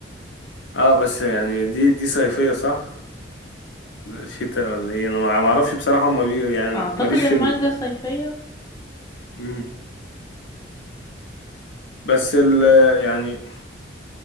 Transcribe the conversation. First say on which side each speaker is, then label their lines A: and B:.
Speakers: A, on the left (about 70°); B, on the left (about 20°).
A: اه بس يعني دي دي صيفية صح شتاء ولا ايه انا ما ما اعرفش بصراحه هما بي يعني
B: اعتقد
A: ماليش في
B: المانجا
A: ال...
B: صيفية
A: مم. بس ال يعني